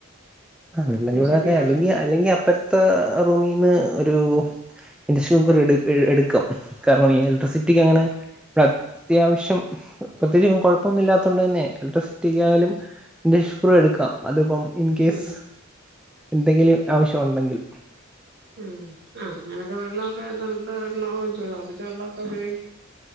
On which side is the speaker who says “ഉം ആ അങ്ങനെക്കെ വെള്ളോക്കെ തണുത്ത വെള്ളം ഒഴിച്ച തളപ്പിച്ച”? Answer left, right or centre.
Right